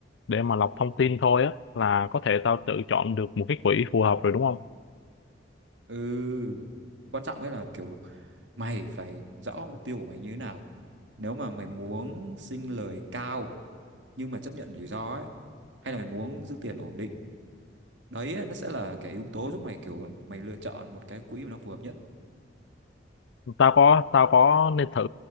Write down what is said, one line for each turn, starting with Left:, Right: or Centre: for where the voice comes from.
Left: để mà lọc thông tin thôi á là có thể tao tự chọn được một cái quỹ phù hợp rồi đúng không
Right: Ừ, quan trọng ấy là kiểu mày phải rõ mục tiêu của mày như thế nào. Nếu mà mày muốn sinh lời cao nhưng mà chấp nhận rủi ro ấy, hay là mày muốn giữ tiền ổn định, đấy ấy, nó sẽ là cái yếu tố giúp mày kiểu mày lựa chọn một cái quỹ mà nó phù hợp nhất.
Left: tao có tao có nên thử